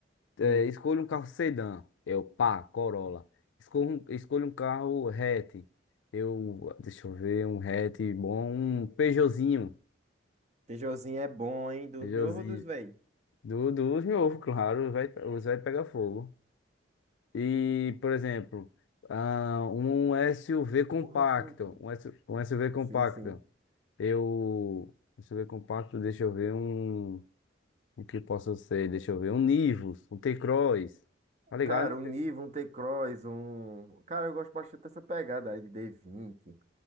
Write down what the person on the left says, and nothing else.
é,
escolha um carro sedã. Eu, pá, Corolla. Escolha um, escolha um carro hatch. Eu, deixa eu ver, um hatch bom, um Peugeotzinho.
Peugeotzinho.
Do, dos novos, claro, vai, os vai pegar fogo. E, por exemplo, ah, um SUV compacto.
Um, SU, um SUV compacto.
Eu, SUV compacto, deixa eu ver um. O que posso ser? Deixa eu ver. Um Nivus, um T-Cross. Tá ligado?